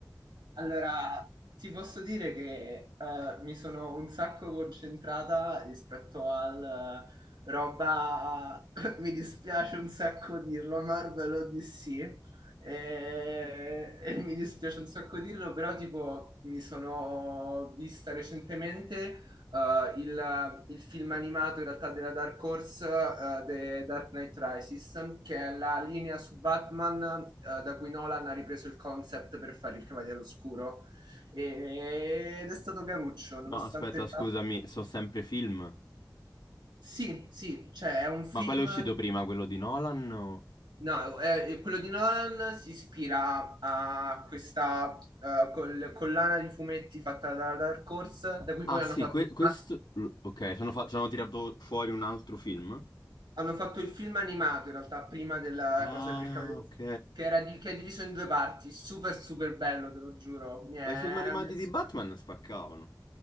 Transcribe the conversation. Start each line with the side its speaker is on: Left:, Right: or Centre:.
Right: Allora, ti posso dire che eh, mi sono un sacco concentrata rispetto al eh, roba, <laughs> mi dispiace un sacco dirlo, Marvel o DC, e, e mi dispiace un sacco dirlo, però tipo mi sono vista recentemente eh, il, il film animato in realtà della Dark Horse, eh, The Dark Knight Rises, che è la linea su Batman, eh, da cui Nolan ha ripreso il concept per fare il Cavaliere Oscuro. E- ed è stato caruccio, nonostante...
Left: No, aspetta, scusami,
Right: Bat-
Left: sono sempre film.
Right: Sì, sì, cioè è un film...
Left: Ma quale è uscito
Right: che-
Left: prima, quello di Nolan? o-
Right: No, eh, quello di Nolan si ispira a questa eh, col- collana di fumetti fatta dalla Dark Horse, da cui
Left: Ah
Right: poi
Left: sì,
Right: hanno fatto
Left: que- questo...
Right: ah,
Left: l- Ok, ci hanno, fa- ci hanno tirato fuori un altro film.
Right: Hanno fatto il film animato in realtà prima della
Left: Ah,
Right: cosa del Cavaliere,
Left: ok.
Right: che, era di- che è diviso in due parti. Super, super bello, te lo giuro. Mi è,
Left: Ma i film animati
Right: mi è super
Left: di Batman spaccavano.